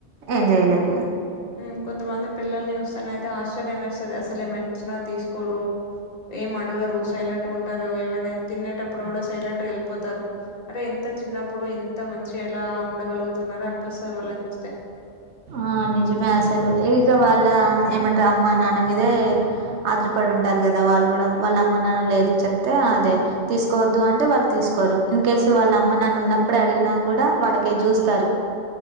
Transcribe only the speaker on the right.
ఏం చేయలేం ఇగ
ఆ నిజమే అసలు ఇక వాళ్ళ ఏమంటారు అమ్మ నాన్న మీదే ఆధార పొడి ఉంటారు కదా వాళ్ళు కూడా వాళ్ళ అమ్మ నాన్నాలు ఏది చెప్తే అదే తీసుకోవద్దు అంటే వాళ్ళు తీసుకోరు ఇన్ కేస్ వాళ్ళ అమ్మ నాన్నా ఉన్నప్పుడే అడిగినా కూడా వాళ్ళకేసి చూస్తారు